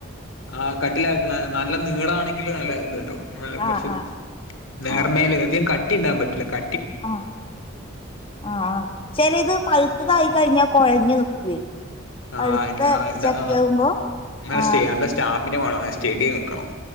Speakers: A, on the left; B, on the left.
A: ആ കട്ടില്ലാത്ത നല്ല നീളാണെങ്കിലും നല്ല ഇത്ണ്ടാവും അല്ല കുറച്ച്
B: ആഹ് ആഹ്
A: നേർമേൽ
B: ആഹ്
A: അധികം കട്ടീണ്ടാകാൻ പറ്റില്ല ക
B: ആഹ് ആഹ് ആഹ് ചെലേത് പഴുത്തതായി കഴിഞ്ഞാ കൊഴഞ്ഞ് നിക്കുവേ പഴുത്ത
A: ആഹ് എന്താ ആ എന്താ
B: ചക്കയാവുംമ്പോ
A: ആ നല്ല
B: ആഹ്
A: സ്റ്റേ നല്ല സ്റ്റാമിന വേണം സ്റ്റഡി നിക്കണം